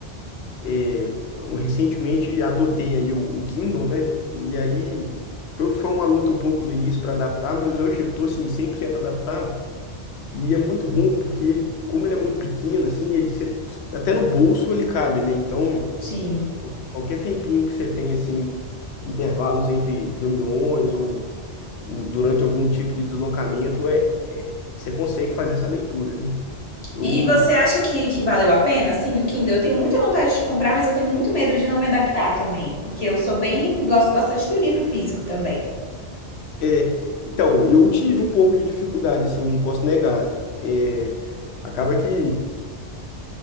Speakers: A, on the left; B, on the left.
A: é, um- recentemente adotei aí o, o Kindle, né? E aí foi, um- foi uma luta um pouco no início para adaptar, mas hoje eu tô, assim, 100% adaptado. E é muito bom porque, como ele é muito pequeno, assim, ele, você- até no bolso ele cabe, né? Então.
B: Sim.
A: Qualquer tempinho que você tem, assim, intervalos entre reuniões ou hum, durante algum tipo de deslocamento, é, é- você consegue fazer essa leitura, né? Eu,
B: E, e você acha que, que valeu a pena? Sim, o Kindle. Eu tenho muita vontade de comprar, mas eu tenho muito medo de não me adaptar também. Porque eu sou bem, gosto bastante do livro físico também.
A: é, então, eu tive um pouco de dificuldade, assim, não posso negar. É, acaba que